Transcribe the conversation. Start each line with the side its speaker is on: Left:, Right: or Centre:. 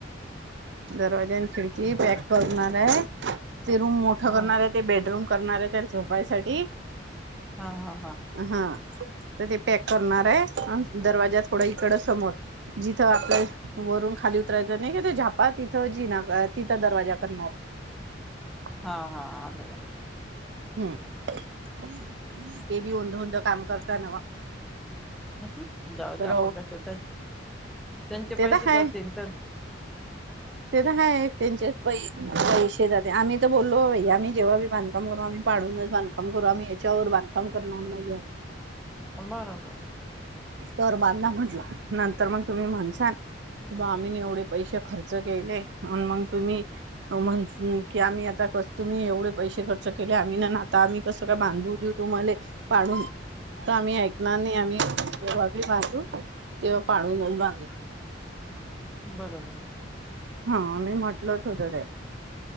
Right: दरवाज्यान खिडकी
Centre: बर
Right: पॅक करणार आहे ते रूम मोठं
Centre: हा
Right: करणार ये ते बेडरूम करणार ये त्याल झोपायसाठी
Centre: हा हा
Right: हा तर ते पॅक करणार आहे दरवाजा थोड इकड समोर जिथं आपल्या वरून खाली उतरायचं नाही का ते झापा तिथं जिना तिथं दरवाजा करणार ये
Centre: हा हा आले लक्षात
Right: हम्म ते बी ओंध ओंध काम करत त नवा
Centre: ह जाऊ द्या
Right: तर
Centre: आपण कशाला त्यांचे
Right: ते
Centre: पैसे
Right: तर हाय
Centre: जातील तर
Right: ते तर हाय त्यांचे पै पैसे जाते आम्ही तर बोललो आम्ही जेव्हा बी बांधकाम करू आम्ही पाडूनच बांधकाम करू आम्ही याच्यावर बांधकाम करणार नाही आ
Centre: बरोबर
Right: तर बांधला म्हटला नंतर मग तुम्ही म्हणसाल की बा आम्ही एवढे पैसे खर्च केले मग तुम्ही म्हण की आम्ही आता तुम्ही एवढे पैसे खर्च केले आम्ही ना आता आम्ही कसं काय बांधू देऊ तुम्हाले पाडून तर आम्ही ऐकणार नाही आम्ही जेव्हा भी बांधू तेव्हा पाडूनच बांधू
Centre: बरोबर
Right: हा मी म्हटलोच होत ते